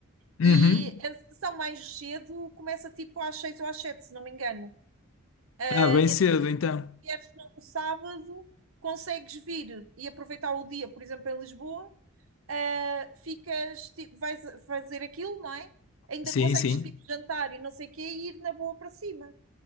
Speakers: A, on the left; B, on the right.
A: Uhum.
B: E a sessão mais cedo começa tipo às seis ou às sete, se não me engano. Eh,
A: Ah, bem
B: Então
A: cedo
B: imagina,
A: então.
B: se vieres num sábado, consegues vir e aproveitar o dia, por exemplo, em Lisboa, eh, ficas, tipo, vais a- fazer aquilo, não é? Ainda
A: Sim,
B: consegues
A: sim.
B: tipo jantar e não sei o quê e ir na boa para cima.